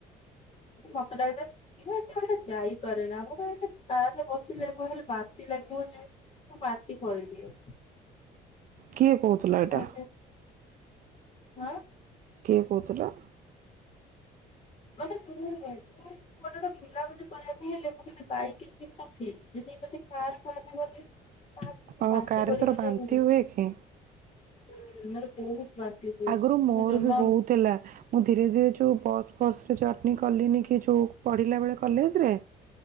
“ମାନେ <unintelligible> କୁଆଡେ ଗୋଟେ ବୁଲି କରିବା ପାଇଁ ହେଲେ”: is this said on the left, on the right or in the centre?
Left